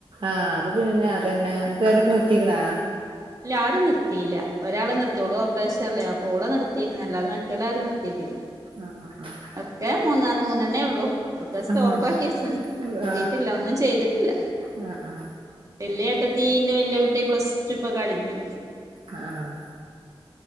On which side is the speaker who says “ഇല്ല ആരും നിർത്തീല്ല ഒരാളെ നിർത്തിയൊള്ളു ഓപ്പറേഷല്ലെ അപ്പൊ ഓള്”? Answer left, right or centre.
Right